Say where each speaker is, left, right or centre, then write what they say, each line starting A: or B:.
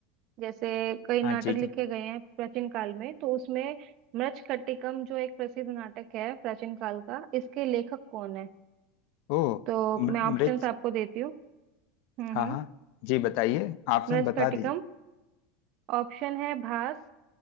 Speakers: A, on the right; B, on the left.
A: जैसे कई नाटक
B: हाँ जी जी
A: लिखे गए हैं प्राचीन काल में तो उसमें मृच्छकटिकम जो एक प्रसिद्ध नाटक है प्राचीन काल का इसके लेखक कौन है
B: ओ
A: तो
B: मृ-
A: मैं ऑप्शंस
B: मृत
A: आपको देती हूँ हम्म
B: हाँ
A: हम्म
B: हाँ जी बताइए ऑप्शन
A: मृच्छकटिकम
B: बता दीजिए
A: ऑप्शन है भास